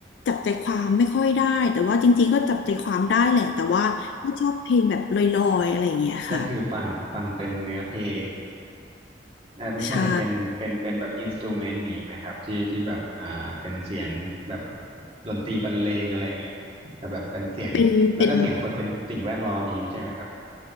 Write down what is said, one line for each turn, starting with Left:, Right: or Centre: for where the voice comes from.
Left: จับใจความไม่ค่อยได้แต่ว่าจริงๆก็จับใจความได้แหละแต่ว่าก็ชอบเพลงแบบลอยๆอะไรอย่างเงี้ยค่ะ
Right: ก็คือฟังฟังเป็นเนื้อเพลง เอ่อไม่ใช่เป็นเป็นเป็นแบบอินสตูเมนต์นี้ไหมครับที่ที่แบบอ่าเป็นเสียงแบบ
Left: ใช่
Right: ดนตรีบรรเลงอะไรอย่างนี้แต่แบบเป็นเสียงแล้วก็เสียงคนเป็นสิ่งแวดล้อมอย่างนี้ใช่ไหมครับ
Left: เป็นเป็น